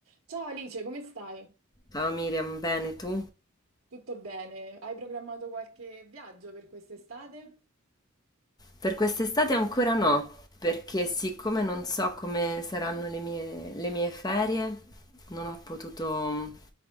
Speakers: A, on the right; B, on the left.
A: Ciao Alice, come stai?
B: Ciao Miriam, bene tu?
A: Tutto bene? Hai programmato qualche viaggio per quest'estate?
B: Per quest'estate ancora no, perché siccome non so come saranno le mie, le mie ferie, non ho potuto